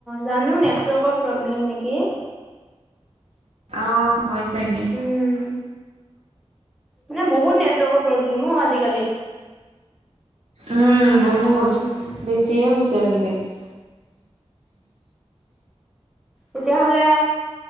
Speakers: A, in the centre; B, on the right.
A: জানো নেটৱৰ্কৰ প্ৰব্লেম নেকি?
B: আহ হয় চাগে,
A: উম মানে বহুত নেটৱৰ্কৰ প্ৰব্লেম অ আজিকালি।
B: উম বহুত
A: উম
B: বেছিয়ে হৈছে আজিকালি। উম।
A: তেতিয়াহলে